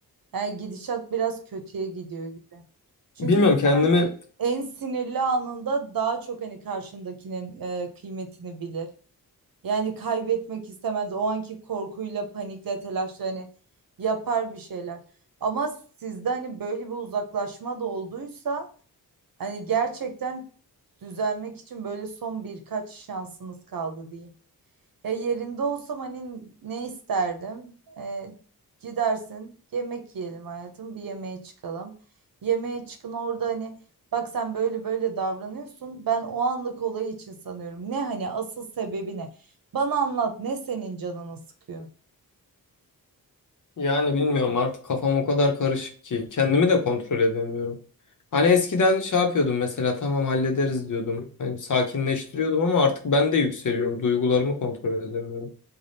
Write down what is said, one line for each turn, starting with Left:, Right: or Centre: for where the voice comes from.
Right: yani gidişat biraz kötüye gidiyor gibi. Çünkü
Left: Bilmiyorum
Right: insan
Left: kendimi
Right: hani en sinirli anında daha çok hani karşındakinin e, kıymetini bilir. Yani kaybetmek istemez. O anki korkuyla, panikle, telaşla hani yapar bir şeyler. Ama sizde hani böyle bir uzaklaşma da olduysa Hani gerçekten düzelmek için böyle son birkaç şansınız kaldı diyeyim. Ya yerinde olsam hani ne isterdim? Ee, gidersin yemek yiyelim hayatım bir yemeğe çıkalım. Yemeğe çıkın orada hani bak sen böyle böyle davranıyorsun. Ben o anlık olayı için sanıyorum. Ne hani asıl sebebi ne? Bana anlat ne senin canını sıkıyor?
Left: Yani bilmiyorum artık kafam o kadar karışık ki kendimi de kontrol edemiyorum. Hani eskiden şey yapıyordum mesela tamam hallederiz diyordum. Hani sakinleştiriyordum ama artık ben de yükseliyorum. Duygularımı kontrol edemiyorum.